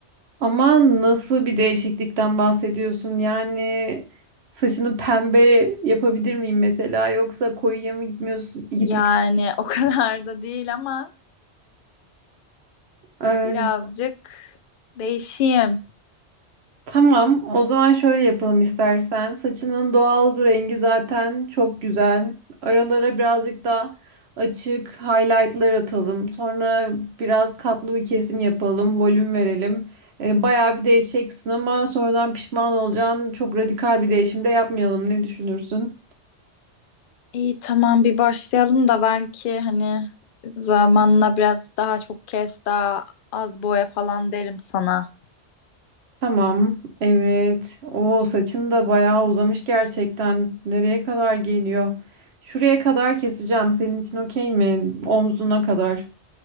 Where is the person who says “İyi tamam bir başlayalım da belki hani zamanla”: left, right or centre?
Left